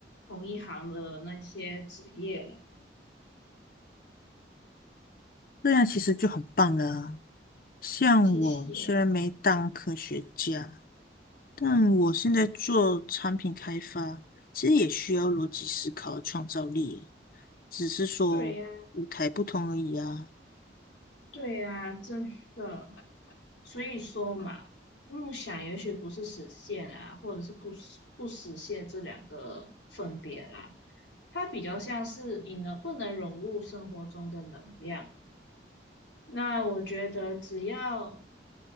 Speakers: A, on the left (about 90°); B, on the left (about 50°).
A: 同一行的那些职业了。
B: 这样其实就很棒了啊像我虽然没当科学家，
A: 谢谢。
B: 但我现在做产品开发，其实也需要逻辑思考和创造力，只是说舞台不同而已啊。
A: 对呀，对呀，真的。所以说嘛，梦想也许不是实现啊，或者是不实不实现这两个分别啦。它比较像是你能不能融入生活中的能量。那我觉得只要